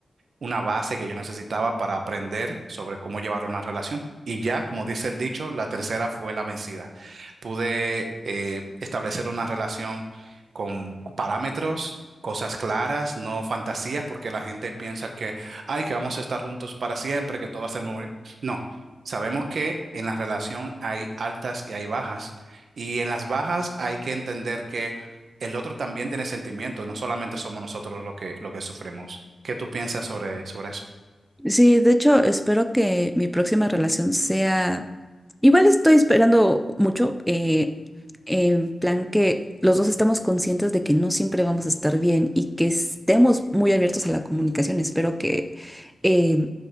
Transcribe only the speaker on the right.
una base que yo necesitaba para aprender sobre cómo llevar una relación. Y ya, como dice el dicho, la tercera fue la vencida. Pude eh, establecer una relación con parámetros, cosas claras, no fantasías, porque la gente piensa que, ay, que vamos a estar juntos para siempre, que todo va a ser muy... No, sabemos que en la relación hay altas y hay bajas. Y en las bajas hay que entender que el otro también tiene sentimientos, no solamente somos nosotros los que, lo que sufrimos. ¿Qué tú piensas sobre, sobre eso?